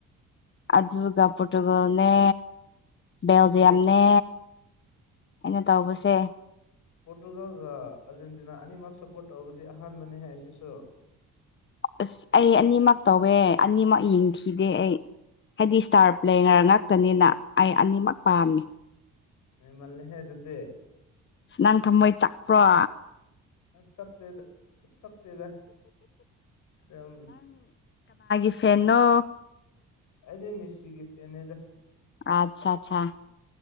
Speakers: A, on the left (about 40°); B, on the left (about 80°).
A: ꯑꯗꯕꯨꯒ ꯄꯨꯇꯒꯅꯦ
B: ꯑꯗꯨꯗꯤ
A: ꯕꯦꯜꯖꯤꯌꯝꯅꯦ ꯑꯩꯅ ꯇꯧꯕꯁꯦ
B: ꯄꯣꯔꯇꯨꯒꯥꯜꯒ ꯑꯥꯔꯖꯦꯟꯇꯤꯅꯥ ꯑꯅꯤꯃꯛ ꯁꯄꯣꯔꯠ ꯇꯔꯕꯗꯤ ꯑꯍꯥꯟꯕꯅꯤ ꯍꯥꯏ ꯑꯁꯤꯁꯨ
A: ꯑꯁ ꯑꯩ ꯑꯅꯤꯃꯛ ꯇꯧꯋꯦ ꯑꯅꯤꯃꯛ ꯌꯦꯡꯈꯤꯗꯦ ꯑꯩ ꯍꯥꯏꯗꯤ ꯏꯁꯇꯥꯔ ꯄ꯭ꯂꯦ ꯉꯔ ꯉꯥꯛꯇꯅꯤꯅ ꯑꯩ ꯑꯅꯤꯃꯛ ꯄꯥꯝꯃꯤ
B: ꯅ ꯃꯥꯜꯂꯦ ꯍꯦ ꯑꯗꯨꯗꯦ
A: ꯅꯪ ꯊꯝꯃꯣꯏ ꯆꯥꯛꯄ꯭ꯔꯣ
B: ꯆꯠꯇꯦꯗ ꯆꯠꯇꯦꯗ ꯑꯗꯨꯝ
A: ꯦꯟꯅꯣ
B: ꯑꯩꯗꯤ ꯃꯤꯁꯁꯤꯒꯤ ꯐꯦꯅꯦꯗ
A: ꯑꯆꯥ ꯑꯠꯆꯥ